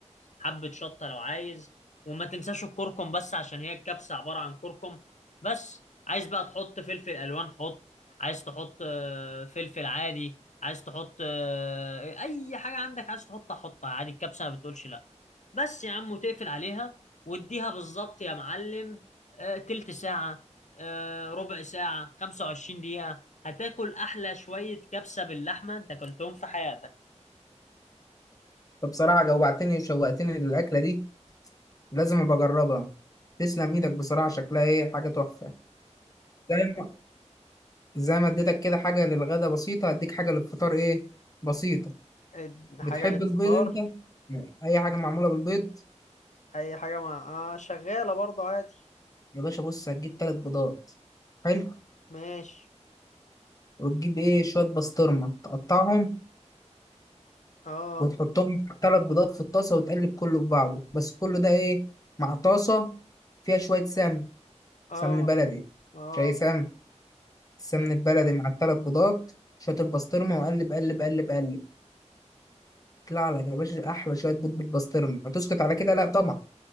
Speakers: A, on the left; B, on the left.
A: حبه شطه لو عايز وما تنساش الكركم بس عشان هي الكبسه عباره عن كركم بس عايز بقى تحط فلفل الوان حط عايز تحط آه، فلفل عادي عايز تحط آه، اي حاجه عندك عايز تحطها حطها عادي الكبسه ما بتقولش لا بس يا عم وتقفل عليها واديها بالظبط يا معلم آه، تلت ساعه آه، ربع ساعه 25 دقيقه هتاكل احلى شويه كبسه باللحمه انت اكلتهم في حياتك
B: فبصراحة جوعتني وشوقتني للأكلة دي لازم أبقى أجربها تسلم إيدك بصراحة شكلها إيه حاجة تحفة زي ما زي ما اديتك كده حاجة للغدا بسيطة هديك حاجة للفطار إيه بسيطة
A: اديها
B: بتحب
A: للفطار
B: البيض أنت؟ أي حاجة معمولة بالبيض
A: اي حاجه مع اه شغاله برضو عادي
B: يا باشا بص هتجيب تلات بيضات حلو
A: ماشي
B: وتجيب ايه شوية بسطرمة تقطعهم
A: اه
B: وتحطهم مع تلات بيضات في الطاسة وتقلب كله في بعضه بس كله ده ايه مع طاسة فيها شوية سمن
A: اه
B: سمن بلدي
A: اه
B: مش أي سمن السمن
A: ماشي.
B: البلدي مع التلات بيضات شوية البسطرمة وقلب قلب قلب قلب يطلع لك يا باشا أحلى شوية بيض بالبسطرمة هتسكت على كده لأ طبعا